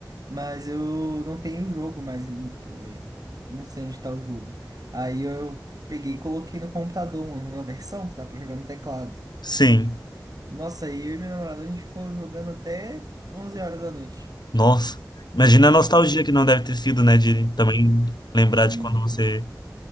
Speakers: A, on the right; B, on the left.
A: mas eu não tenho o jogo mais. ele- é, não sei onde tá o jogo. Aí eu peguei e coloquei no computador uma, uma versão que dá pra jogar no teclado.
B: Sim,
A: Nossa, aí eu e minha namorada a gente ficou jogando até 11 horas da noite.
B: nossa. Imagina a nostalgia que não deve ter sido, né? De também lembrar
A: Sim.
B: de quando você